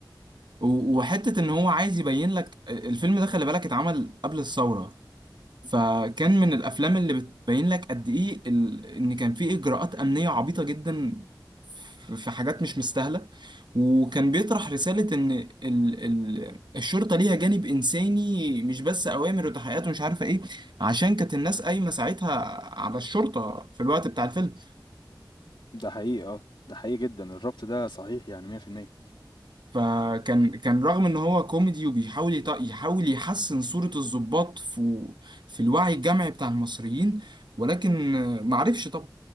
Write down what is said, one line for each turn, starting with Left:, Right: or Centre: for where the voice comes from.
Right: و- وحتة ان هو عايز يبين لك الفيلم ده خلي بالك اتعمل قبل الثورة فكان من الافلام اللي بتبين لك قد ايه ال... ان كان في اجراءات امنية عبيطة جدا في في حاجات مش مستاهلة وكان بيطرح رسالة ان ال... ال... الشرطة ليها جانب انساني مش بس اوامر وتحقيقات ومش عارفة ايه عشان كانت الناس قايمة ساعتها على الشرطة في الوقت بتاع الفيلم
Left: ده حقيقي آه، ده حقيقي جدًا، الربط ده صحيح يعني 100%.
Right: فكان كان رغم ان هو كوميدي وبيحاول يط- يحاول يحسن صورة الضباط في في الوعي الجمعي بتاع المصريين ولكن آه، معرفش طبعا